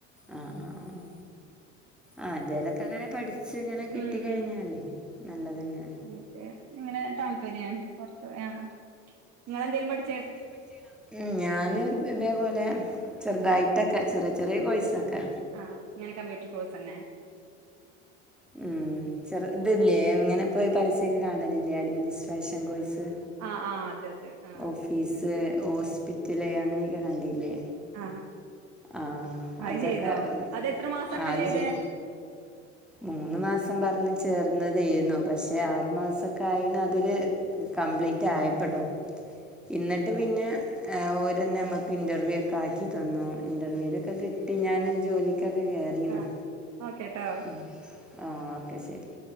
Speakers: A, in the centre; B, on the right.
A: ആ ആ ആ ആ ആ എന്തെലൊക്കെ അങ്ങനെ പഠിച്ച് ഇങ്ങനെ കിട്ടികഴിഞ്ഞാലെ
B: ഉം ഉം
A: നല്ലതുതന്നെ
B: എനിക്ക് ഇങ്ങനെ താല്പര്യാണ് പൊറത്തുപോയ നിങ്ങളെന്തേലും പഠി
A: എന്തേലും പഠി ഉം ഞാനും ഇതേപോലെ ചെറുതായിട്ടൊക്കെ ചെറിയ ചെറിയ കോഴ്സൊക്കെ.
B: ആഹ് ഇങ്ങനെ കമ്പ്യൂട്ടർ കോഴ്സുതന്നെ.
A: ഉം ചെറു ഇതില്ലേ ഇങ്ങനെപ്പോയി പരസ്യൊക്കെ കാണലില്ലേ അഡ്മിനിസ്ട്രേഷൻ കോഴ്സ്.
B: ആ ആ അതെ അതെ ആ
A: ഓഫീസ് ഹോസ്പിറ്റല് അങ്ങനെയൊക്കെ കണ്ടില്ലേ
B: ആ
A: ആഹ്
B: അത്
A: അതൊക്കെ
B: ചെയ്തോ അതെത്ര മാസാ
A: ആ അത്ചെയ്യ്
B: ചെയ്തേ
A: മൂന്നുമാസം പറഞ്ഞ് ചേർന്നതേയിന്നു പക്ഷെ ആറു മാസക്കായിഞ്ഞു അതില്. കംപ്ലീറ്റ് ആയപ്പട്ടോ. ഇന്നിട്ട് പിന്നെ എ ഓര് നമ്മക്ക് ഇന്റർവ്യൂ ആക്കിതന്നു ഇൻ്റർവ്യൂയിലൊക്കെ കിട്ടി ഞാൻ ജോലിക്കൊക്കെ കേറിയിന്നു.
B: ആ ഓക്കെട്ടോ.
A: ഉം ആ ഓക്കെ ശെരി.